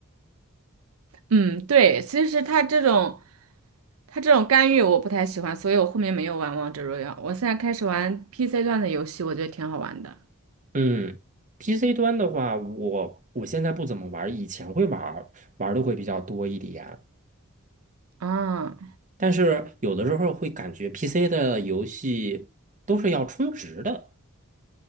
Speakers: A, on the right (about 75°); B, on the right (about 35°).
A: 嗯，对，其实他这种他这种干预我不太喜欢，所以我后面没有玩王者荣耀。我现在开始玩 PC 段的游戏，我觉得挺好玩的。
B: 嗯，PC 端的话，我我现在不怎么玩儿以前会玩儿玩的会比较多一点。
A: 啊。
B: 但是有的时候会感觉 PC 的游戏都是要充值的，